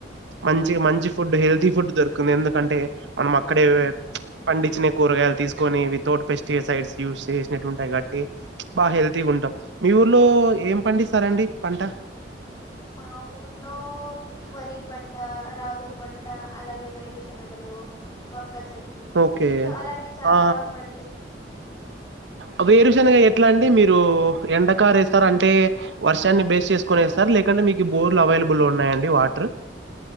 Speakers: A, on the right; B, on the left.
A: మంచిగా మంచి ఫుడ్ హెల్దీ ఫుడ్ దొరుకున్ ఎందుకంటే మనమక్కడే పండిచ్చిన కూరగాయలు తీసుకోని వితౌట్ పెస్టిసై యూజ్ చేసినట్టు ఉంటాయి కాబట్టి బా హెల్తీగుంటం
B: అవునా
A: మీ ఊర్లో ఏం పండిస్తారండి పంట
B: మా ఊర్లో వరి పంట రాగుల్ పంట అలాగే వేరుశనగలు బక్క చెట్లు
A: ఓకే
B: సో అలాంటి చాలా
A: ఆ
B: పండిస్తున్నామండి మీరు
A: అ వేరుశెనగ ఎట్ల అండి మీరు ఎండకారేస్తరంటే వర్షాన్ని బేస్ చేసుకొని ఏస్తార లేకంటే మీకు బోర్లు అవై లబుల్ ఉన్నాయండి వాటర్